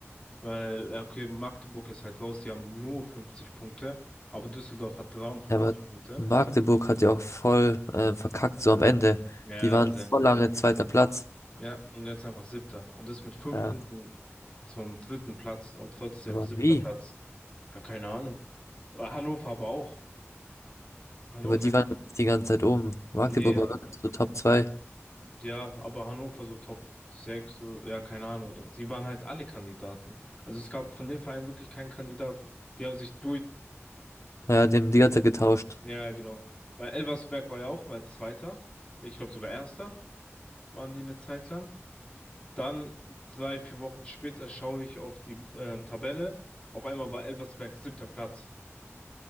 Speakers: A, on the left; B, on the left.
A: Weil, ja, okay, Magdeburg ist halt raus, die haben nur 50 Punkte, aber Düsseldorf hat 53
B: Ja, aber
A: Punkte.
B: Magdeburg hat ja auch voll äh, verkackt, so am Ende.
A: Ja,
B: Die waren
A: sehr.
B: voll lange zweiter Platz.
A: Ja, und jetzt einfach siebter. Und ist mit fünf
B: Ja.
A: Punkten zum dritten Platz und trotzdem
B: Aber
A: siebter
B: wie?
A: Platz. Ja, keine Ahnung. Äh, Hannover aber auch. Hannover
B: Ja, Aber die
A: ist,
B: waren die ganze Zeit oben. Magdeburg
A: nee, aber,
B: war wirklich so Top 2.
A: ja, aber Hannover so Top 6. so, ja, keine Ahnung. Die waren halt alle Kandidaten. Also es gab von dem Verein wirklich keinen Kandidat. Die haben sich
B: Ja, die haben die ganze Zeit getauscht.
A: Ja, ja, genau. Weil Elversberg war ja auch mal Zweiter. Ich glaube sogar Erster waren die eine Zeit lang. Dann drei, vier Wochen später schaue ich auf die ähm, Tabelle. Auf einmal war Elversberg siebter Platz.